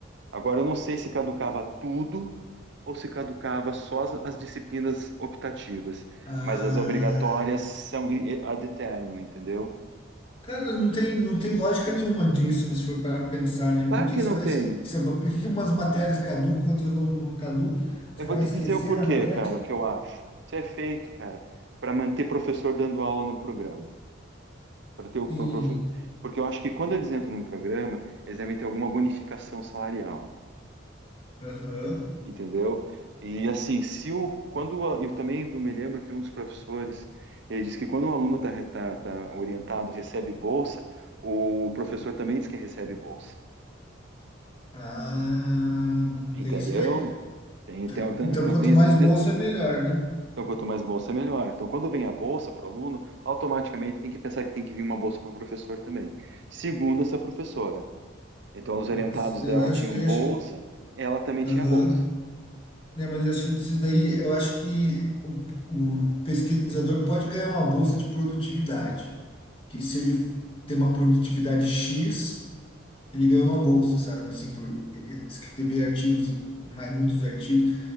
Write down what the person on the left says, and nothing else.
Ah.
Cara, não tem, não tem lógica nenhuma disso, né, se for para pensar, né?
Por que
que você
vai,
es- você vai- por que que umas matérias caducam, outras não, não caducam? Você
vai
esquecer
da matéria?
Sim.
Aham.
Ah,
tem isso daí.
T-
Então,
quanto
mais bolsa,
é melhor, né?
Ah, Mas eu
acho
que, eu
acho que,
aham.
Né, mas eu acho que isso daí, eu acho que o, o pesquisador pode ganhar uma bolsa de produtividade, que se ele tem uma produtividade X Ele ganhou uma bolsa, sabe, assim, por eh, eh, escrever artigos em mais, muitos artigos,